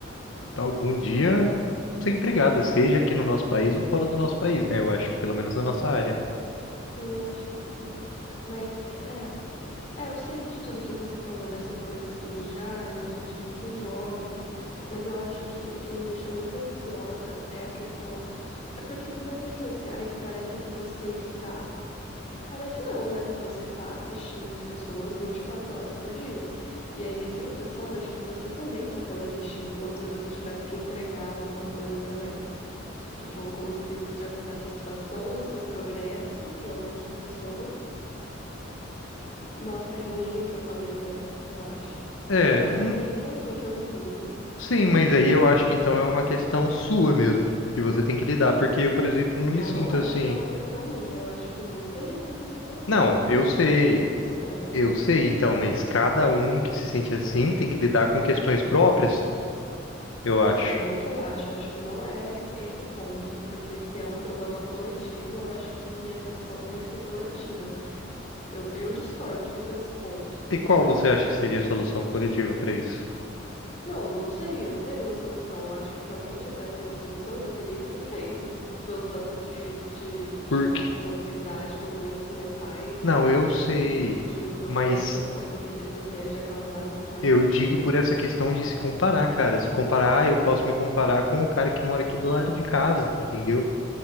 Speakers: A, on the left; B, on the left.
A: algum dia ser empregada, seja aqui no nosso país ou fora do nosso país, né? Eu acho, pelo menos na nossa área.
B: Sim, eu acho que sim. Mas, é, é, É, eu sei de tudo que você falou dessa coisa assim, já, e a gente é muito jovem, mas eu acho que o que me deixa muito ansiosa é a questão. É porque nas redes sociais parece que você está. Parece não, né? Você está assistindo as pessoas 24 horas por dia. E aí a sensação é de que você também está sendo assistido, como se você tivesse que entregar alguma coisa também. Tipo, como se você tivesse que dar satisfação do seu progresso para outras pessoas. Nossa, é ruim o que eu falei, né? Eu acho.
A: É,
B: Mas
A: hum,
B: é meio que assim que eu me sinto.
A: sim, mas aí eu acho que então é uma questão sua mesmo, que você tem que lidar, porque eu, por exemplo, não
B: Eu
A: me sinto
B: não acho
A: assim.
B: que é uma questão minha, eu acho que muita gente se sente assim
A: Não,
B: com
A: eu
B: relação
A: sei,
B: às redes sociais.
A: eu sei, então, mas cada um que se sente assim tem que lidar com questões próprias, eu acho.
B: Então, aí que eu acho, acho que não é esse o ponto, porque se é um problema coletivo, eu acho que a solução tem que ser coletiva. Eu, eu discordo de você nesse ponto.
A: E qual você acha que seria a solução coletiva para isso?
B: Não, eu não sei, eu não tenho uma solução. Eu acho que se alguém tivesse uma solução, já teria sido feita. Pelo tanto de, de gente
A: Porque,
B: com ansiedade, com doenças mentais, pelo
A: não,
B: tanto
A: eu
B: de
A: sei,
B: suicídio, pelo
A: mas
B: tanto de to- coisa que as redes sociais já causaram, sabe?
A: Eu digo por essa questão de se comparar, cara. Se comparar, ah, eu posso me comparar com o cara que mora aqui do lado de casa, entendeu?